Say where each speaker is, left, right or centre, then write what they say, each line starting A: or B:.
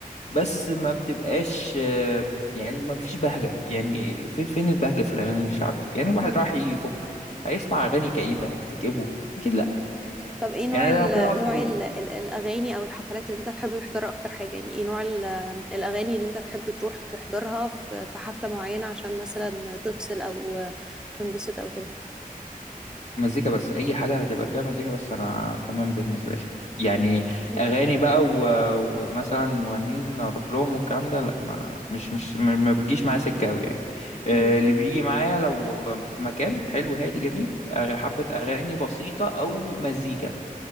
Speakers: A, on the left; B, in the centre.
A: بس ما بتبقاش آه، يعني ما فيش بهجة يعني في فين البهجة في الأغاني الشعبي يعني الواحد
B: امم
A: راح يفك هيسمع أغاني كئيبة تكئبه أكيد لأ
B: طب ايه نوع
A: يعني أنا
B: ال
A: لو كده أقعد في
B: نوع
A: البيت
B: ال ال الاغاني او الحفلات اللي انت تحب تحضرها اكتر حاجه يعني ايه نوع ال- الاغاني اللي انت تحب تروح تحضرها في في حفله معينه عشان مثلا تفصل او تنبسط او كده
A: مزيكا بس أي حاجة هتبقى فيها مزيكا بس أنا تمام بالنسبة لي يعني
B: مم.
A: أغاني بقى و... ومثلا مغنيين أروح لهم والكلام ده لأ ما مش مش ما ما بتجيش معايا سكة أوي يعني آه،
B: مم.
A: اللي بيجي معايا لو في مكان حلو هادي جميل أغ- حبة أغاني بسيطة أو مزيكا